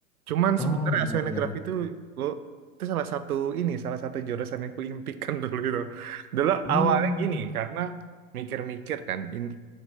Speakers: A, on the right; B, in the centre.
A: cuman
B: Oh
A: sebenarnya
B: iya
A: oceanografi
B: iya.
A: itu lo itu salah satu ini, salah satu jurusan yang kuimpikan <laughs> dulu itu. Dulu
B: Hmm,
A: awalnya gini, karena mikir-mikir kan, in-